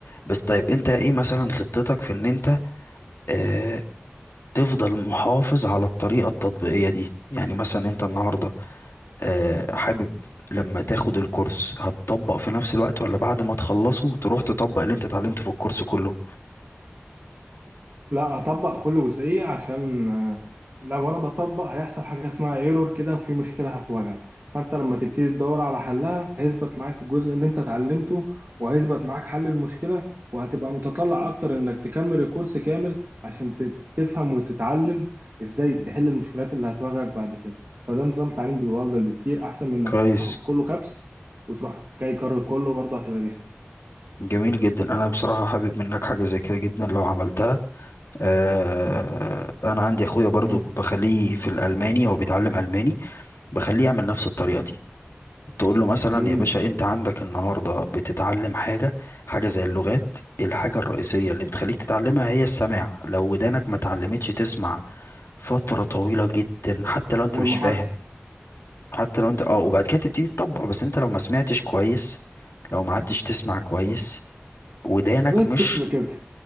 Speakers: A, on the left (about 75°); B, on the right (about 55°).
A: بس طيب انت ايه مثلا خطتك في ان انت آه، تفضل محافظ على الطريقة التطبيقية دي يعني مثلا انت النهاردة آه، حابب لما تاخد الكورس هتطبق في نفس الوقت ولا بعد ما تخلصه تروح تطبق اللي انت اتعلمته في الكورس كله
B: لا اطبق كل جزئيه عشان آه، لو انا بطبق هيحصل حاجه اسمها ايرور كده وفي مشكله هتواجهك فانت لما تبتدي تدور على حلها هيثبت معاك الجزء اللي انت اتعلمته وهيثبت معاك حل المشكله وهتبقى متطلع اكتر انك تكمل الكورس كامل عشان ت- تفهم وتتعلم ازاي
A: مم.
B: تحل المشكلات اللي هتواجهك بعد كده فده نظام تعليم بيبقى افضل بكتير احسن من انك
A: كويس
B: تاخد كله كبس وتروح جاي كرر كله برضه هتبقى ناسي
A: جميل جدا انا بصراحة حابب منك حاجة زي كده جدا لو عملتها آه، انا عندي اخويا برضو
B: <laughs>
A: بخليه في الالماني هو بيتعلم الماني بخليه يعمل نفس الطريقة دي تقول له مثلا
B: أمم.
A: يا باشا انت عندك النهارده بتتعلم حاجه حاجه زي اللغات الحاجه الرئيسيه اللي بتخليك تتعلمها هي السماع لو ودانك ما اتعلمتش تسمع فتره طويله جدا حتى لو انت
B: والمحادثه
A: مش فاهم حتى لو انت اه وبعد كده تبتدي تطبق بس انت لو ما سمعتش كويس لو ما عدتش تسمع كويس ودانك
B: زي الطفل
A: مش
B: كده